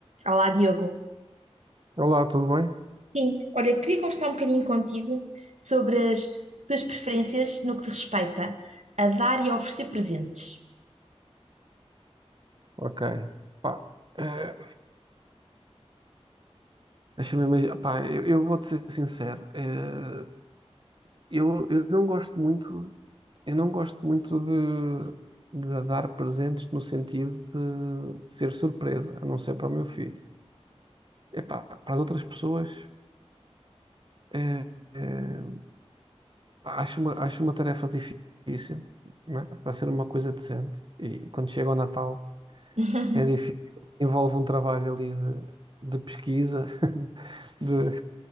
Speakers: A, on the right; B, on the right.
A: Olá, Diogo.
B: Olá, tudo bem?
A: Sim, olha, queria conversar um bocadinho contigo sobre as tuas preferências no que respeita a dar e a oferecer presentes.
B: Ok. Pá, eh, deixa-me imaginar. Pá, eu, eu vou-te ser sincero. eh, eu, eu não gosto muito, eu não gosto muito de, de dar presentes no sentido de ser surpresa, a não ser para o meu filho. Epá, para as outras pessoas, eh, eh, acho uma, acho uma tarefa difícil, né? Para ser uma coisa decente. E, quando chega o Natal,
A: <laughs>
B: é difícil. Envolve um trabalho ali de, de pesquisa, <laughs> de,